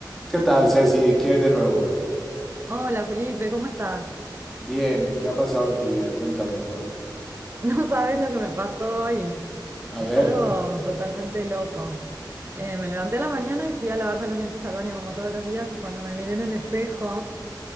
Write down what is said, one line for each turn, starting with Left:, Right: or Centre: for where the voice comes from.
Centre: ¿Qué tal, Ceci? ¿Qué es de nuevo?
Right: Hola Felipe, ¿cómo estás? <laughs>
Centre: Bien, ¿qué ha pasado en tu vida? Cuéntamelo todo.
Right: No sabes lo que me pasó hoy.
Centre: A
Right: Es
Centre: ver,
Right: algo totalmente loco. Eh, me levanté a la mañana y fui a lavarme los dientes al baño como todos los días y cuando me miré en el espejo